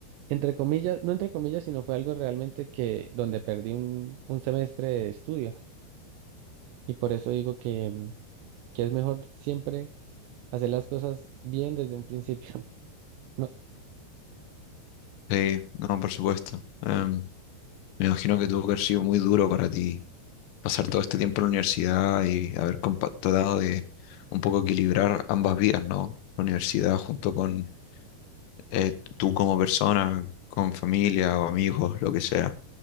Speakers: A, on the right (about 80°); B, on the left (about 80°).
A: entre comillas, no entre comillas, sino fue algo realmente que donde perdí un, un semestre de estudio. Y por eso digo que, mm, que es mejor siempre hacer las cosas bien desde un principio. <laughs> No,
B: Sí, no, por supuesto. Em, me imagino que tuvo que haber sido muy duro para ti pasar todo este tiempo en la universidad y haber compa- tratado de un poco equilibrar ambas vidas, ¿no? La universidad junto con eh, tú como persona, con familia o amigos, lo que sea.